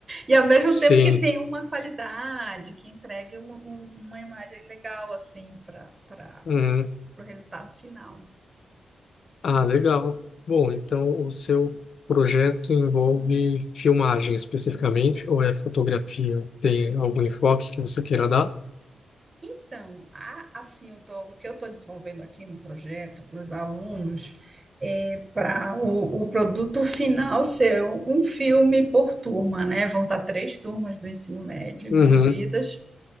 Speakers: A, on the right; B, on the left.
A: E ao mesmo
B: sim.
A: tempo que tenha uma qualidade, que entregue um- um- uma imagem legal, assim, para para
B: Uhum.
A: o resultado final.
B: Ah, legal. Bom, então o seu projeto envolve filmagem especificamente, ou é fotografia? Tem algum enfoque que você queira dar?
A: Então, há, assim, eu tô- o que eu estou desenvolvendo aqui no projeto para os alunos é para o, o produto final ser um filme por turma, né? Vão estar três turmas do ensino médio
B: Uhum,
A: envolvidas